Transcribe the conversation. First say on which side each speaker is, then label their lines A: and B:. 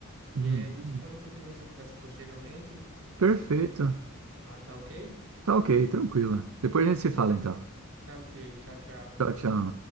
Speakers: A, on the right; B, on the right.
A: e
B: Uhum.
A: aí a gente pode continuar essa conversa posteriormente. Se
B: Perfeito.
A: você continuar, tá ok?
B: Tá ok, tranquilo. Depois a gente se fala então.
A: Tá ok. Tchau, tchau.
B: Tchau, tchau.